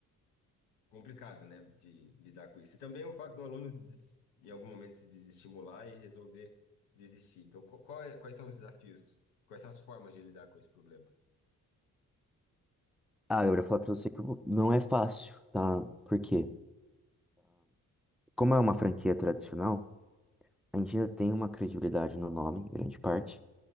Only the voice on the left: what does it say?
complicado, né, de lidar com isso. E também é o fato do aluno, des- em algum momento, se desestimular e resolver desistir. Então, qu- qual é- quais são os desafios? Quais são as formas de lidar com esse problema?